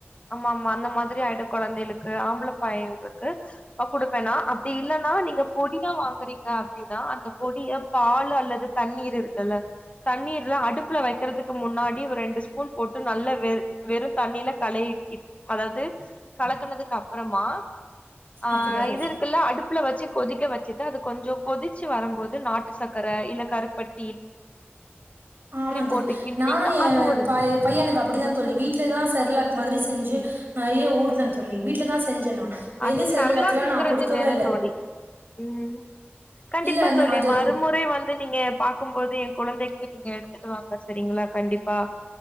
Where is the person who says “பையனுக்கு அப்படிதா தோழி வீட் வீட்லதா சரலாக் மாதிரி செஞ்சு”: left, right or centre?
Right